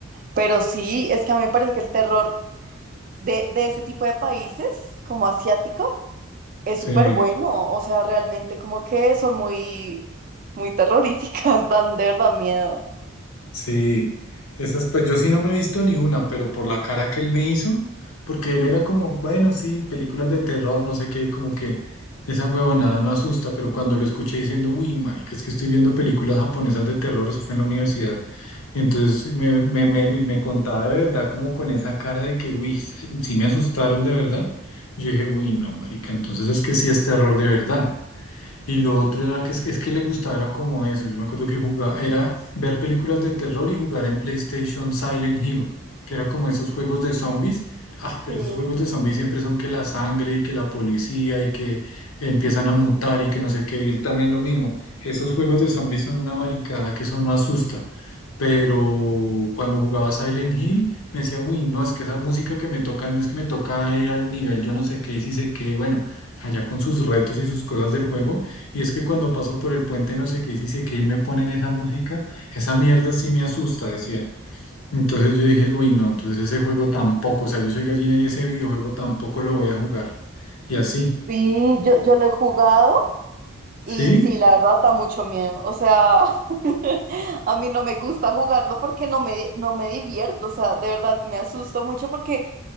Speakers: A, on the right; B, on the left.
A: Pero sí, es que a mí me parece que el terror de, de ese tipo de países, como asiático, es
B: Sí.
A: súper bueno, o sea, realmente como que son muy, muy terroríficas, <laughs> dan de verdad miedo.
B: Sí, esas pues yo sí no me he visto ni una, pero por la cara que él me hizo, porque él era como, bueno, sí, películas de terror, no sé qué, como que esa huevonada no asusta, pero cuando lo escuché diciendo, uy, marica, es que estoy viendo películas japonesas de terror, eso fue en la universidad, y entonces me, me, me, me contaba de verdad, como con esa cara de que, uy, sí sí me asustaron de verdad, yo dije, uy, no, marica, entonces es que sí es terror de verdad. Y lo otro era que es, es que le gustaba era como eso. Yo me acuerdo que jugaba, era ver películas de terror y jugar en PlayStation Silent Hill, que era como esos juegos de zombies. Ah, pero
A: Sí,
B: esos juegos de zombies siempre son que la sangre y que la policía y que empiezan a mutar y que no sé qué. Y él también lo mismo. Esos juegos de zombies son una maricada que eso no asusta pero cuando jugaba Silent Hill me decía, uy, no, es que esa música que me toca, no es que me toca ir al nivel, yo no sé qué, y si sé qué, bueno, allá con sus retos y sus cosas del juego, y es que cuando paso por el puente, no sé qué, y si sé qué, y me ponen esa música, esa mierda sí me asusta, decía. Entonces yo dije, uy, no, entonces ese juego tampoco, o sea, yo soy gallina y ese videojuego tampoco lo voy a jugar. Y así,
A: sí, yo, yo lo he jugado
B: ¿sí?
A: y sí, la verdad da mucho miedo, o sea, <laughs> a mí no me gusta jugarlo porque no me, no me divierto, o sea, de verdad me asusto mucho porque